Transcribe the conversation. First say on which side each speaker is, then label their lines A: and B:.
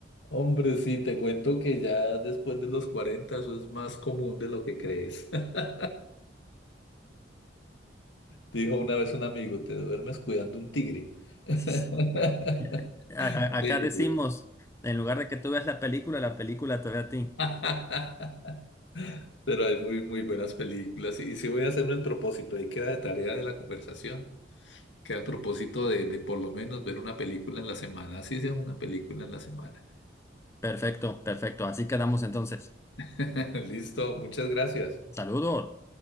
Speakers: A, on the left; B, on the left.
A: Hombre, sí, te cuento que ya después de los 40 eso es más común de lo que crees. <laughs> Dijo una vez un amigo, te duermes cuidando un tigre. <laughs>
B: <laughs> Y ahí- a- a- acá
A: Sí.
B: decimos, en lugar de que tú veas la película, la película te ve a ti.
A: <laughs> Pero hay muy, muy buenas películas. Y sí voy a hacerme el propósito, ahí queda de tarea de la conversación, que al propósito de, de por lo menos ver una película en la semana, así sea una película en la semana.
B: Perfecto, perfecto. Así quedamos entonces.
A: <laughs> Listo, muchas gracias.
B: Saludos.